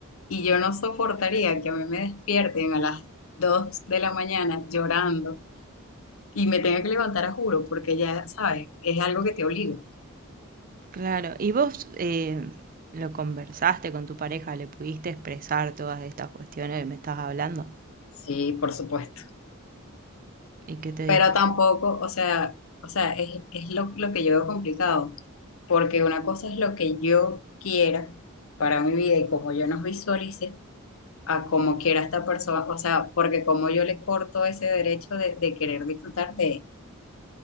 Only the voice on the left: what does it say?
y yo no soportaría que a mí me despierten a las 2 de la mañana llorando y me tenga que levantar a juro, porque ya sabes, es algo que te obliga.
Sí, por supuesto.
Pero
tampoco, o sea, o sea, es, es lo, lo que yo veo complicado, porque una cosa es lo que yo quiera para mi vida y como yo nos visualice, a como quiera esta persona, o sea, porque como yo le corto ese derecho de, de querer disfrutar de,